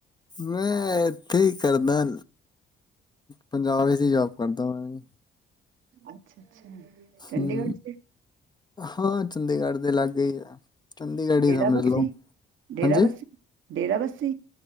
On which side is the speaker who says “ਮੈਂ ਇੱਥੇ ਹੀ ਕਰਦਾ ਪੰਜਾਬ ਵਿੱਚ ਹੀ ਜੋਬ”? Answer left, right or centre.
Left